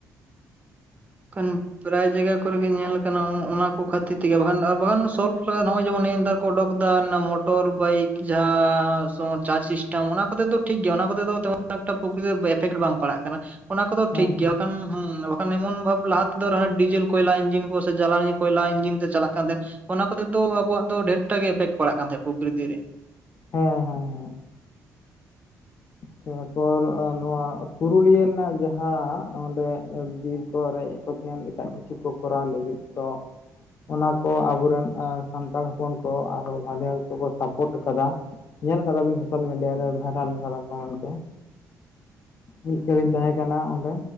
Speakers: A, on the right (about 25°); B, on the left (about 45°).
A: ᱠᱟᱱ ᱯᱨᱟᱭ ᱡᱟᱭᱜᱟ ᱠᱚᱨᱮᱜᱮ ᱧᱮᱞ ᱟᱠᱟᱱᱟ ᱚᱱᱟ ᱠᱚ ᱠᱷᱟᱹᱛᱤᱨ ᱛᱮᱜᱮ ᱵᱟᱠᱷᱟᱱ ᱵᱟᱝᱠᱷᱟᱱ ᱥᱚᱞᱵᱷ <unintelligible> ᱱᱚᱜᱼᱚᱭ ᱡᱮᱢᱚᱱ ᱮᱢᱫᱟ ᱚᱰᱚᱠ ᱫᱟ ᱱᱟ ᱢᱚᱴᱚᱨ ᱵᱟᱭᱤᱠ ᱡᱟᱦᱟᱸ ᱪᱟᱸᱪ ᱥᱤᱥᱴᱮᱢ ᱚᱱᱟ ᱠᱚᱛᱮ ᱫᱚ ᱴᱷᱤᱠ ᱜᱮᱭᱟ, ᱚᱱᱟ ᱠᱚᱛᱮ ᱫᱚ ᱛᱟ ᱠᱷᱩᱵ ᱮᱠᱴᱟ ᱠᱩᱠᱞᱤ ᱮᱯᱷᱮᱠᱴ ᱵᱟᱝ ᱯᱟᱲᱟᱜ ᱠᱟᱱᱟ ᱚᱱᱟ ᱠᱚᱫᱚ
B: ᱦᱮᱸ
A: ᱴᱷᱤᱠ
B: ᱦᱮᱸ
A: ᱜᱮᱭᱟ, ᱵᱟᱠᱷᱟᱱ ᱦᱩᱸ ᱵᱟᱠᱷᱟᱱ ᱮᱢᱚᱱ ᱵᱷᱟᱵ ᱞᱟᱦᱟ ᱛᱮᱫᱚ ᱨᱮᱦᱚ ᱰᱤᱡᱮᱞ ᱠᱚᱭᱞᱟ ᱤᱱᱡᱤᱱ ᱠᱚ ᱥᱮ ᱡᱟᱞᱟᱱᱤ ᱠᱚᱭᱞᱟ ᱤᱱᱡᱤᱱ ᱛᱮ ᱪᱟᱞᱟᱜ ᱠᱟᱱ ᱛᱟᱦᱮᱸᱫ᱾ ᱚᱱᱟ ᱠᱚᱛᱮ ᱫᱚ ᱟᱵᱚᱣᱟᱜ ᱫᱚ ᱰᱷᱮᱨᱴᱟ ᱜᱮ ᱮᱯᱷᱮᱠᱴ ᱯᱟᱲᱟᱜ ᱠᱟᱱ ᱛᱟᱦᱮᱸᱱᱟ ᱯᱨᱚᱠᱨᱤᱛᱤ ᱨᱮ
B: ᱦᱮᱸ ᱦᱮᱸ ᱛᱟᱨ ᱯᱚᱨ ᱱᱚᱣᱟ ᱯᱩᱨᱩᱞᱤᱭᱟᱹ ᱨᱮᱱᱟᱜ ᱡᱟᱦᱟᱸ ᱚᱸᱰᱮ ᱵᱤᱨ ᱠᱚ ᱨᱮᱡᱽ ᱠᱚ ᱛᱟᱦᱮᱱ ᱮᱴᱟᱜ ᱠᱤᱪᱷᱩ ᱠᱚ ᱠᱚᱨᱟᱣ ᱞᱟᱹᱜᱤᱫ ᱛᱚ ᱚᱱᱟ ᱠᱚ ᱟᱵᱚᱨᱮᱱ ᱟᱸ ᱥᱟᱱᱛᱟᱲ ᱦᱚᱯᱚᱱ ᱠᱚ ᱟᱨᱚ ᱵᱷᱟᱞᱮ ᱚᱠᱛᱚ ᱠᱚ ᱥᱟᱯᱚᱴ ᱠᱟᱫᱟ᱾ ᱧᱮᱞ ᱟᱠᱟᱫᱟᱵᱮᱱ ᱥᱳᱥᱟᱞ ᱢᱤᱰᱤᱭᱟ ᱨᱮ ᱵᱷᱟᱭᱨᱟᱞ ᱠᱟᱫᱟ ᱠᱚ ᱢᱮᱱᱛᱮ ᱢᱤᱫ ᱠᱟᱹᱞᱤᱱ ᱛᱟᱦᱮᱸ ᱠᱟᱱᱟ ᱚᱸᱰᱮ